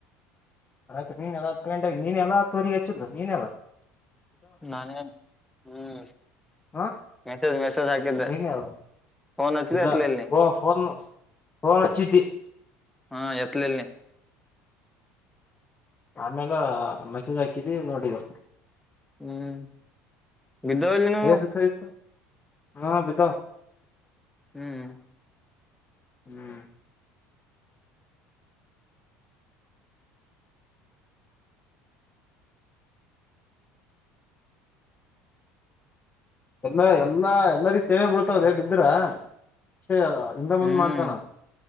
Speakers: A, on the left; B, in the centre.
A: ಆ ಆಯ್ತ್ು ನೀನ್ ಎಲ್ಲ ಗಂಟ ನೀನೆ ಎಲ್ಲಾ ತೋರಿಗೆ ಹಚ್ಚಿದ್ದು ನೀನೆ ಎಲ್ಲಾ
B: ನಾನೇ ಹ್ಮ್
A: ಹ
B: ಮೆಸೇಜ್ ಮೆಸೇಜ ಹಾಕಿದ್ದೆ
A: ನೀನೇ ಅದ
B: ಫೋನ್ ಹಚ್ಚಿದೆ
A: ಇಲ್ಲ
B: ಎತ್ಲಿಲ್ ನೀ
A: ಫೋನ್ ಫೋನ ಹಚ್ಚಿದ್ದಿ
B: ಹಾ ಎತ್ತ ಲಿಲ್ಲ ನಿ
A: ಆಮೇಲೆ ಮೆಸೇಜ ಹಾಕಿದ್ದೀ ನೋಡಿದೆ
B: ಹ್ಮ್ ಗಿದ್ದಲ್ಲಿನು
A: ಎಷ್ಟ ಇತ್ತು ಹಾ ಬಿದ್ದವ
B: ಹ್ಮ್
A: ಹ್ಮ್ ಎಲ್ಲ ಎಲ್ಲ ಎಲ್ಲರಿ ಸೇವೆ ಬಳ್ತಾವದೇ ಬಿದ್ರ ಅ ಹಿಂದ ಮುಂದ
B: ಹ್ಮ್
A: ಮಾಡ್ತಾನ